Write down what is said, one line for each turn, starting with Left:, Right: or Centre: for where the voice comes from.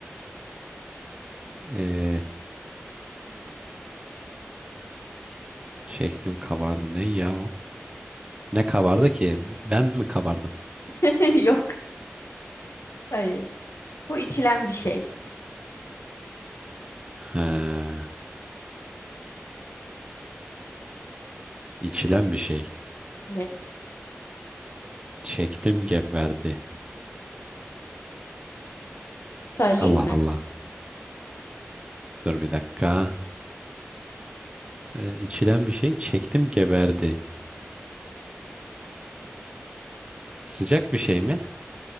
Right: Ee, çektim kabardı. Ne ya o? Ne kabardı ki? Ben mi kabardım?
Left: <laughs> Yok. Hayır. Bu içilen bir şey.
Right: Ha, içilen bir şey.
Left: Net.
Right: Çektim geberdi.
Left: Söyleyeyim
Right: Allah
Left: mi?
Right: Allah. Dur bir dakika. Ee, içilen bir şey. Çektim geberdi. Sıcak bir şey mi?